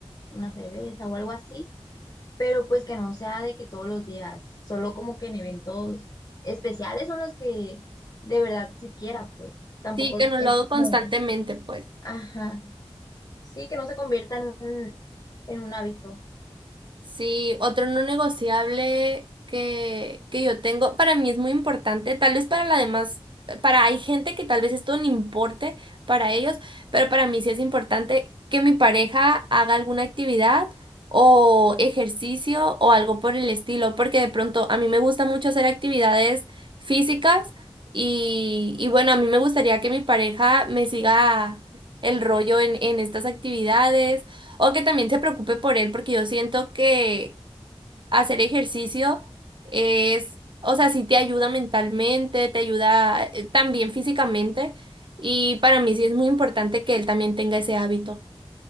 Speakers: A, on the left; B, on the right.
A: una cerveza o algo así, pero pues que no sea de que todos los días, solo como que en eventos especiales son los que de verdad siquiera, pues, tampoco
B: Sí, que
A: es
B: no
A: es
B: lo hago constantemente,
A: como,
B: pues.
A: ajá, sí, que no se convierta en un, en un hábito.
B: Sí, otro no negociable que, que yo tengo, para mí es muy importante, tal vez para la demás, para hay gente que tal vez esto no importe para ellos, pero para mí sí es importante que mi pareja haga alguna actividad o ejercicio o algo por el estilo, porque de pronto a mí me gusta mucho hacer actividades físicas y, y bueno, a mí me gustaría que mi pareja me siga el rollo en, en estas actividades o que también se preocupe por él, porque yo siento que hacer ejercicio es, o sea, sí te ayuda mentalmente, te ayuda eh, también físicamente, y para mí sí es muy importante que él también tenga ese hábito.